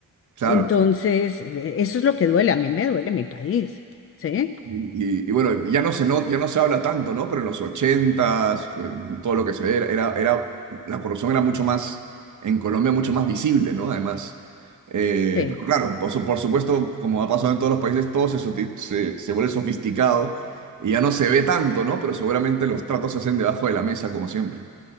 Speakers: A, on the right; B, on the left.
A: claro.
B: Entonces,
A: sí.
B: eh, eso es lo que duele. A mí me duele mi país, ¿sí?
A: Y, y- y bueno, ya no se no, ya no se habla tanto, ¿no? Pero en los ochentas, en todo lo que se ve, era, era, era- la corrupción era mucho más, en Colombia, mucho más visible, ¿no? Además, eh,
B: Sí,
A: pero claro, por, su- por supuesto, como ha pasado en todos los países, todo se, soti- se, se vuelve sofisticado y ya no se ve tanto, ¿no? Pero seguramente los tratos se hacen debajo de la mesa, como siempre,